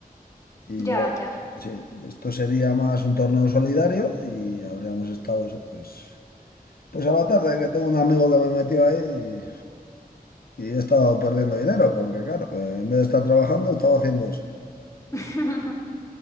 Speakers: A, on the left (about 75°); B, on the left (about 20°).
A: Y
B: Ya,
A: yo,
B: ya.
A: sí, esto sería más un torneo solidario y habríamos estado eso, pues, pues a la tarde, que tengo un amigo que me metió ahí y he estado perdiendo dinero, porque claro, eh, en vez de estar trabajando, he estado haciendo eso.
B: <laughs>